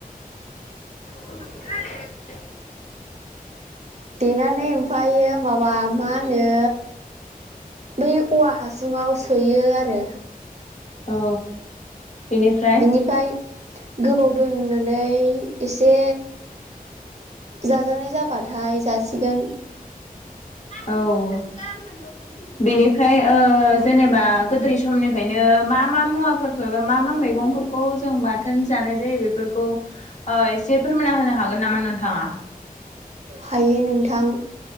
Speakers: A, on the left; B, on the right.
A: अथ' बिदिालाय <unintelligible>
B: देनानानै ओम फायो माबा मा होनो बै औवा हासुंआव सोयो आरो
A: औ बेनिफ्राय
B: बिनिफ्राय गोबाव दोननानै एसे जाजानाय जाबाथाय जासिगोन
A: औ <unintelligible> बेनिफ्राय ओ जेनोबा गोदोनि समनिफ्रायनो मा मा मुवाफोरखौ एबा मा मा मैगंफोरखौ जों बाथोन जानाय जायो बेफोरखौ एसे फोरमानना होनो हागोन <unintelligible> थांआ
B: हायो नोंथां